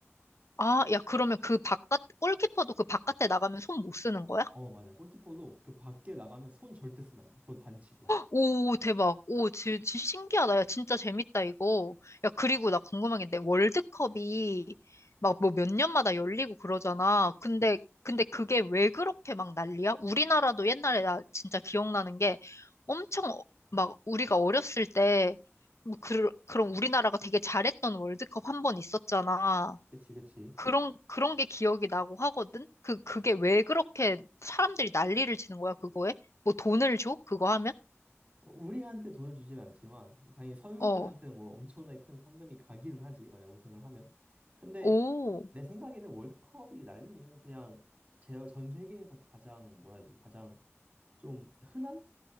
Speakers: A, on the left; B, on the right.
A: 아, 야, 그러면 그 바깥, 골키퍼도 그 바깥에 나가면 손 못 쓰는 거야?
B: 어, 맞아. 골키퍼도 그 밖에 나가면 손 절대 쓰면 안 돼. 그거 반칙이야.
A: 오, 대박. 오, 진, 진 신기하다. 야, 진짜 재밌다, 이거. 야, 그리고 나 궁금한 게 있는데, 월드컵이 막 뭐 몇 년마다 열리고 그러잖아. 근데,
B: 그치.
A: 근데 그게 왜 그렇게 막 난리야? 우리나라도 옛날에 나 진짜 기억나는 게 엄청 어- 막 우리가 어렸을 때, 뭐 그, 그런 우리나라가 되게 잘했던 월드컵 한 번 있었잖아.
B: 그치, 그치.
A: 그런, 그런 게 기억이 나고 하거든? 그, 그게 왜 그렇게 사람들이 난리를 치는 거야, 그거에? 뭐 돈을 줘? 그거 하면?
B: 어, 우리한테 돈을 주진 않지만 뭐 당연히 선수들한테는
A: 어,
B: 뭐 엄청나게 큰 상금이 가기는 하지 만약 우승을 하면 근데
A: 오,
B: 내 생각에는 월드컵이 날린 이유는 그냥 제 전 세계에서 가장 뭐라 해야 되지 가장 좀 흔한